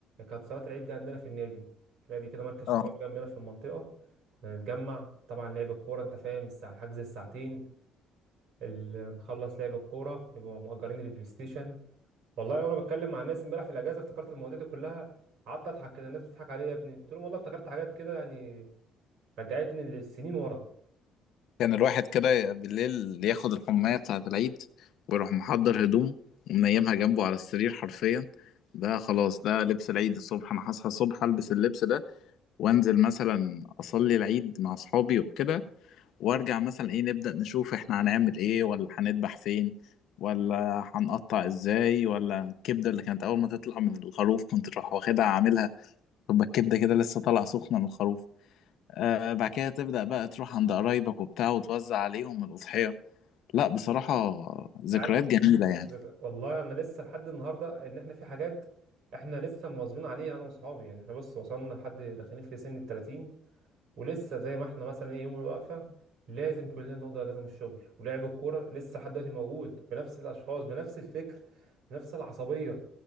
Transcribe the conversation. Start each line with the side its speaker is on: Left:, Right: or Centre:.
Right: كانت صلاه العيد دي عندنا في النادي في نادي كده مركز شباب
Left: اه
Right: جنبنا في المنطقه كنا نتجمع طبعا لعب الكوره انت فاهم الساعه حجز الساعتين اللي نخلص لعب الكوره يبقوا مؤجرين البلاي ستيشن والله وانا بتكلم مع الناس امبارح في الاجازه افتكرت المواضيع دي كلها قعدت اضحك كده الناس بتضحك عليا يا ابني قلت لهم والله افتكرت حاجات كده يعني رجعتني للسنين ورا
Left: كان الواحد كده بالليل ياخد الحماية بتاعة العيد ويروح محضر هدومه ومنيمها جنبه على السرير حرفيا ده خلاص ده لبس العيد الصبح انا هصحى الصبح البس اللبس ده وانزل مثلا اصلي العيد مع اصحابي وكده وارجع مثلا ايه نبدأ نشوف احنا هنعمل ايه ولا هنذبح فين ولا هنقطع ازاي ولا الكبدة اللي كانت اول ما تطلع من الخروف كنت تروح واخدها عاملها تبقى الكبدة كده لسه طالعة سخنة من الخروف آه بعد كده تبدأ بقى تروح عند قرايبك وبتاع وتوزع عليهم الأضحية لا بصراحة
Right: انت
Left: ذكريات
Right: عارف
Left: جميلة يعني
Right: والله انا لسه لحد النهارده ان احنا في حاجات احنا لسه مواظبين عليها انا واصحابي يعني احنا بص وصلنا لحد داخلين في سن ال 30 ولسه زي ما احنا مثلا ايه يوم الوقفه لازم كلنا بناخد اجازه من الشغل ولعب الكوره لسه لحد دلوقتي موجود بنفس الاشخاص بنفس الفكر بنفس العصبيه